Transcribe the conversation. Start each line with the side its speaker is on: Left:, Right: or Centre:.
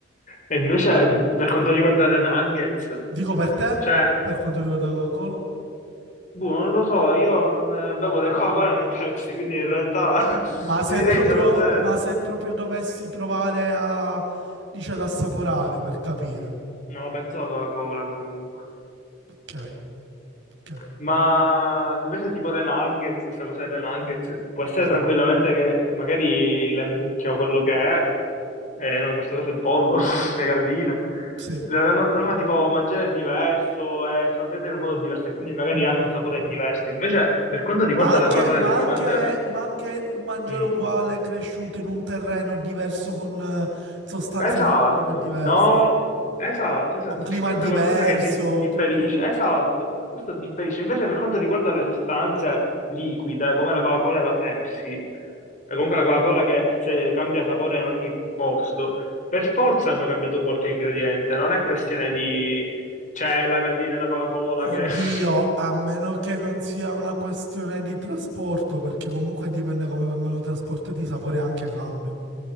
Left: E invece per quanto riguarda le nuggets,
Right: Dico per te,
Left: cioè
Right: per quanto riguarda la Coca-Cola.
Left: Boh, non lo so, io non eh, bevo né Coca-Cola né Pepsi, quindi in realtà <laughs>
Right: Ma se
Left: ti direi
Right: proprio,
Left: 0-0.
Right: ma se proprio dovessi provare a, dice, ad assaporare per capire.
Left: No, penso alla Coca-Cola comunque.
Right: Ok, ok,
Left: Ma invece tipo le nuggets, questa cosa delle nuggets, può essere
Right: sì,
Left: tranquillamente che magari le mucche o quello che è, eh, no, in questo caso il pollo, <laughs> le galline,
Right: sì.
Left: le- no, no, tipo mangiare è diverso, è sabbiato in un modo diverso e quindi magari hanno un sapore diverso. Invece per quanto riguarda
Right: Ma anche,
Left: la Coca-Cola
Right: ma
Left: e le bevande...
Right: anche- ma anche un mangiare
Left: mm,
Right: uguale cresciuto in un terreno diverso con eh, sostanze
Left: Esatto,
Right: nutritive diverse,
Left: no,
Right: sì.
Left: esatto, esatto,
Right: Con clima
Left: c'è sempre
Right: diverso,
Left: qualcosa che dif- differisce,
Right: tutto...
Left: esatto, questo differisce. Invece per quanto riguarda le sostanze liquide, come la Coca-Cola e la Pepsi, e comunque la Coca-Cola che se cambia sapore in ogni posto, per forza hanno cambiato qualche ingrediente, non è questione di c'è la gallina della Coca-Cola
Right: Oddio,
Left: che... <laughs>
Right: a meno che non sia una questione di trasporto, perché comunque dipende come vengono trasportati, i sapori anche cambiano.